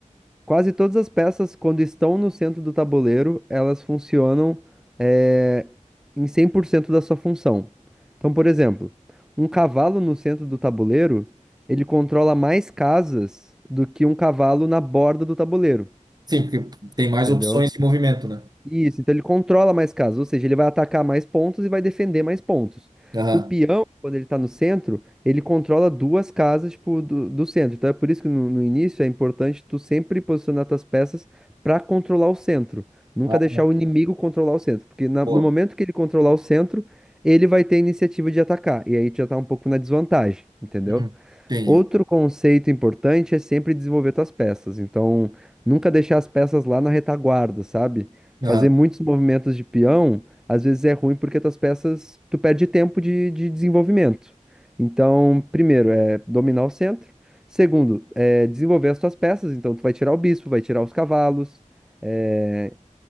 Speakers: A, in the centre; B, on the right.
A: Quase todas as peças, quando estão no centro do tabuleiro, elas funcionam eh, em 100% da sua função. Então, por exemplo, um cavalo no centro do tabuleiro, ele controla mais casas do que um cavalo na borda do tabuleiro,
B: Sim, porque tem mais
A: entendeu?
B: opções de movimento, né?
A: Isso, então ele controla mais casas, ou seja, ele vai atacar mais pontos e vai defender mais pontos.
B: Aham.
A: O peão, quando ele tá no centro, ele controla duas casas, tipo, do, do centro. Então é por isso que no, no início é importante tu sempre posicionar tuas peças pra controlar o centro. Nunca
B: Ah,
A: deixar o inimigo controlar o centro, porque na-
B: boa.
A: no momento que ele controlar o centro, ele vai ter a iniciativa de atacar, e aí tu já tá um pouco na desvantagem, entendeu?
B: Uhum. Entendi.
A: Outro conceito importante é sempre desenvolver tuas peças. Então, nunca deixar as peças lá na retaguarda, sabe? Fazer
B: Aham.
A: muitos movimentos de peão, às vezes é ruim porque tuas peças, tu perde tempo de, de desenvolvimento. Então, primeiro é dominar o centro. Segundo, é desenvolver as tuas peças. Então, tu vai tirar o bispo, vai tirar os cavalos, é,